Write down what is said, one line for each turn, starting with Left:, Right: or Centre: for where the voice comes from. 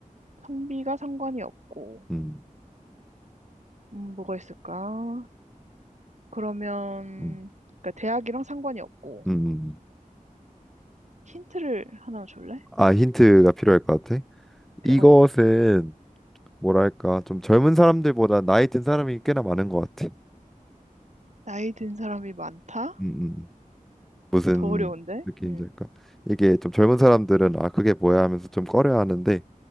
Right: 성비가 상관이 없고,
Centre: 음,
Right: 음, 뭐가 있을까? 그러면,
Centre: 음,
Right: 그러니까 대학이랑 상관이 없고,
Centre: 음. 음.
Right: 힌트를 하나 줄래?
Centre: 아, 힌트가 필요할 것 같아.
Right: 그,
Centre: 이것은
Right: 어,
Centre: 뭐랄까, 좀 젊은 사람들보다 나이 든 사람이 꽤나 많은 것 같아.
Right: 나이 든 사람이 많다?
Centre: 음, 음. 음. 무슨
Right: 더 어려운데?
Centre: 느낌인지
Right: 음,
Centre: 까 이게 좀 젊은 사람들은 아 그게 뭐야 하면서 좀 꺼려 하는데